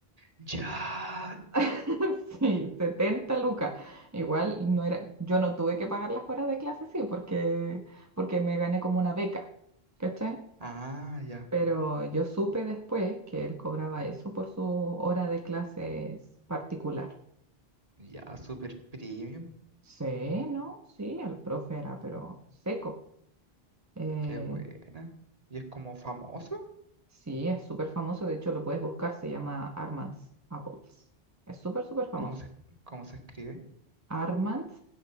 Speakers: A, on the right (about 35°); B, on the right (about 15°).
A: ya.
B: <laughs> Sí, 70 lucas. Igual no era, yo no tuve que pagar las horas de clase, sí, porque, porque me gané como una beca, ¿cachai?
A: Ah, ya,
B: Pero yo supe después que él cobraba eso por su hora de clases particular.
A: ya, super premium,
B: Sí, ¿no? Sí, el profe era, pero seco. Eh,
A: qué buena. ¿Y es como famoso?
B: sí, es súper famoso. De hecho, lo puedes buscar. Se llama Armands Apples. Es súper, súper famoso.
A: ¿Cómo se, cómo se escribe?
B: Armands